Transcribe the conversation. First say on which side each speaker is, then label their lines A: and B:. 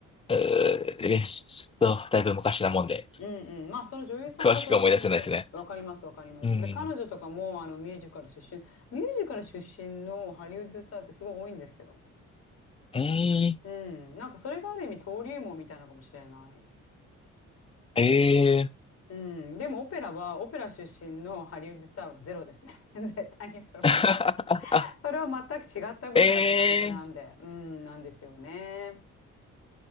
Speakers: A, on the left (about 20°); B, on the left (about 50°).
A: うー、えーちょっと、だいぶ昔なもんで、
B: んうん。まあその女優さんもとりあえずわかりますわかります。
A: 詳しく思い出せないですね。うん。
B: で、彼女とかもあのミュージカル出身、ミュージカル出身のハリウッドスターってすごい多いんですよ。
A: うん。
B: うん。なんかそれがある意味登竜門みたいなのかもしれない。
A: えー。
B: うん。でもオペラは、オペラ出身のハリウッドスターはゼロですね。<laughs> 絶対にそれはない。
A: <laughs>
B: それは全く違った分野って感じなんで、
A: えー。
B: うん、なんですよね。